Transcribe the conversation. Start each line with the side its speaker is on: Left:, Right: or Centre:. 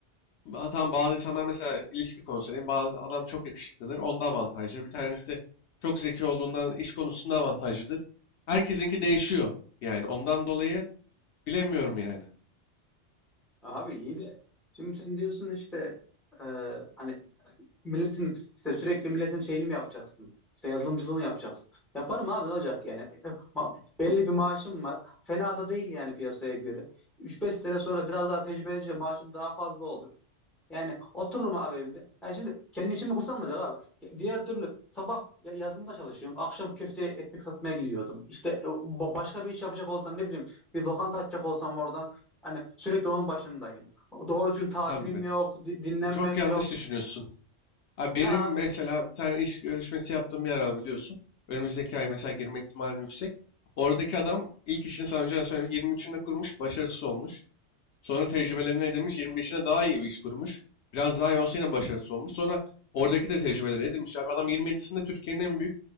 Left: Ha, tamam bazı insanlar mesela ilişki konusu diyeyim bazı adam çok yakışıklıdır. Onda avantajlıdır. Bir tanesi çok zeki olduğundan iş konusunda avantajlıdır. Herkesinki değişiyor. Yani ondan dolayı bilemiyorum yani.
Centre: Abi iyi de. Şimdi sen diyorsun işte e, hani Milletin işte sürekli milletin şeyini mi yapacaksın? İşte yazılımcılığını yapacaksın. Yaparım abi ne olacak yani? Eh, Ma- Belli bir maaşım var. Fena da değil yani piyasaya göre. üç beş sene sonra biraz daha tecrübelenince maaşım daha fazla olur. Yani otururum abi evimde. Yani şimdi kendi işimi kursam mı olacak abi? Ke- Diğer türlü sabah ya- yazılımda çalışıyorum. Akşam köfte ekmek satmaya gidiyordum. İşte e, ba- başka bir iş yapacak olsam ne bileyim bir lokanta açacak olsam oradan hani sürekli onun başındayım. Doğru düzgün tatilim
Left: Abi
Centre: yok, di- dinlenmem
Left: çok yanlış
Centre: yok.
Left: düşünüyorsun. Abi benim
Centre: Ne abi?
Left: mesela bir tane iş görüşmesi yaptığım bir yer var biliyorsun. Önümüzdeki ay mesela girme ihtimalim yüksek. Oradaki adam ilk işini sana önceden söylemiş. 23'ünde kurmuş, başarısız olmuş. Sonra tecrübelerini edinmiş, 25'ine daha iyi bir iş kurmuş. Biraz daha iyi olsa yine başarısı olmuş. Sonra oradaki de tecrübeleri edinmiş. Abi adam 27'sinde Türkiye'nin en büyük